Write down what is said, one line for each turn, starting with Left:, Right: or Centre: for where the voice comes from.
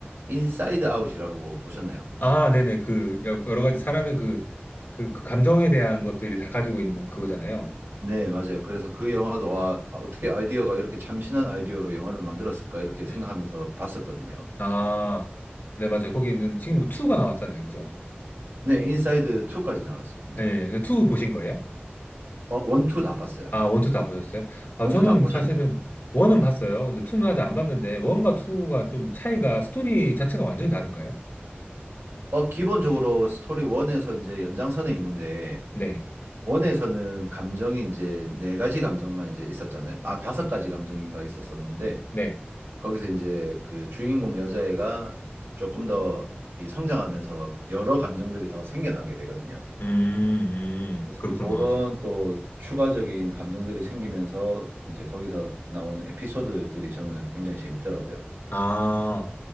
Right: 인사이드 아웃이라고 보셨나요?
Left: 아, 네네. 그, 여- 여러 가지 사람의 그, 그, 그 감정에 대한 것들이 다 가지고 있는 그거잖아요.
Right: 네, 맞아요. 그래서 그 영화도 와, 아, 어떻게 아이디어가 이렇게 참신한 아이디어로 영화를 만들었을까 이렇게 생각하면서
Left: 음.
Right: 봤었거든요.
Left: 아, 네, 맞아요. 거기 있는, 지금 2가 나왔잖아요. 그죠?
Right: 네, 인사이드 2까지 나왔습니다.
Left: 예, 네, 2 보신 거예요?
Right: 어, 1, 2 다 봤어요.
Left: 아, 1, 2다 보셨어요? 아,
Right: 1,
Left: 저는
Right: 2다 보셨나요?
Left: 사실은 1은 봤어요. 근데 2는 아직 안 봤는데, 1과 2가 좀 차이가, 스토리 자체가 완전히 다른가요?
Right: 어, 기본적으로 스토리 1에서 이제 연장선에 있는데
Left: 네,
Right: 원에서는 감정이 이제 네 가지 감정만 이제 있었잖아요. 아, 다섯 가지 감정인가 있었었는데,
Left: 네.
Right: 거기서 이제 그 주인공 여자애가 조금 더 이 성장하면서 여러 감정들이 더 생겨나게 되거든요.
Left: 음, 음,
Right: 그래서
Left: 그렇구나.
Right: 이제 그런 또 추가적인 감정들이 생기면서 이제 거기서 나오는 에피소드들이 저는 굉장히 재밌더라고요.
Left: 아,